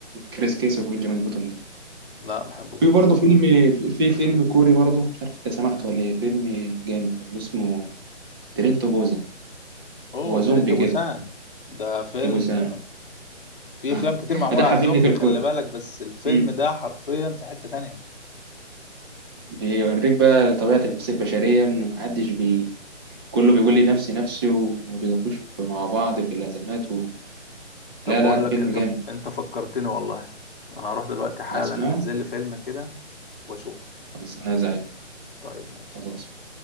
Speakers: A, on the right; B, on the left.
A: كريس كيس وبنجامين بوتون ده
B: لا بحبه
A: في
B: جدا
A: برضه
B: بصراحه
A: فيلم في, في فيلم كوري برضه مش عارف انت سمعته ولا ايه فيلم جامد برضه اسمه ترين تو بوزان
B: اوه
A: هو
B: ترينت
A: زومبي
B: بوسان
A: كده
B: ده فيلم
A: دي بوزانه
B: في
A: <laughs>
B: افلام كتير معمولة
A: ده حببني
B: على الزومبي
A: في الكوري
B: خلي بالك بس الفيلم
A: مم.
B: ده حرفيا في حتة تانية
A: بيوريك بقى طبيعه النفس البشريه انه محدش بي كله بيقول لي نفسي نفسي وما بيقفوش مع بعض في الازمات و...
B: طب
A: لا
B: بقول
A: لا فيلم
B: لك انت
A: جامد
B: انت فكرتني والله انا هروح دلوقتي حالا
A: هتسمعه
B: انزل لي فيلم كده واشوفه
A: خلاص انا زعيم
B: طيب ماشي
A: خلاص